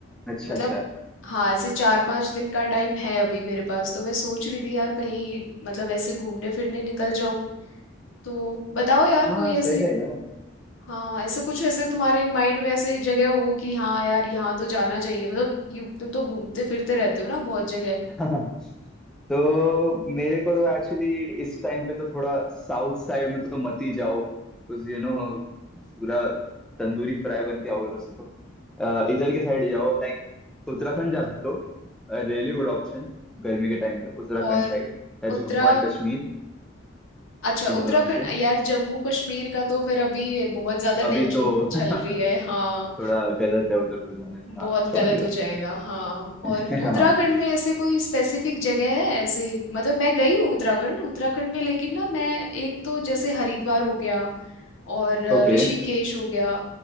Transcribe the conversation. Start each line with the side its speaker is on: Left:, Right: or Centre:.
Centre: अच्छा
Left: मतलब
Centre: अच्छा
Left: हाँ ऐसे चार पांच दिन का टाइम है अभी मेरे पास तो मैं सोच रही थी यार कहीं मतलब ऐसे घूमने फिरने निकल जाऊं तो बताओ यार
Centre: हाँ
Left: कोई ऐसे
Centre: सही रहेगा
Left: हाँ ऐसा कुछ ऐसे तुम्हारे माइंड में ऐसे जगह हो कि हाँ यार यहाँ तो जाना चाहिए मतलब यू तुम तो घूमते फिरते रहते हो ना बहुत जगह
Centre: <laughs> तो मेरे को तो एक्चुअली इस टाइम पे तो थोड़ा साउथ साइड में तो मत ही जाओ कुछ यू नो पूरा तंदूरी फ्राई बन के आओगे वैसे तो अ, इधर के साइड जाओ लाइक उत्तराखंड जा सकते हो Really good option गर्मी के टाइम पे उत्तराखंड
Left: और
Centre: साइड या जम्मू
Left: उत्तरा
Centre: एंड कश्मीर
Left: अच्छा
Centre: इन
Left: उत्तराखंड
Centre: दोनों में से
Left: यार जम्मू कश्मीर का तो फिर अभी बहुत ज्यादा
Centre: अभी
Left: टेंशन
Centre: तो <laughs>
Left: चल
Centre: थोड़ा
Left: रही है हाँ
Centre: गलत है उधर तो जाना भी हाँ
Left: बहुत गलत
Centre: समझ गया
Left: हो जाएगा हाँ और
Centre: <laughs> हाँ
Left: उत्तराखंड में ऐसे कोई स्पेसिफिक जगह है ऐसे मतलब मैं गई हूँ उत्तराखंड उत्तराखंड में लेकिन ना मैं एक तो जैसे हरिद्वार हो गया और अ,
Centre: ओके
Left: ऋषिकेश हो गया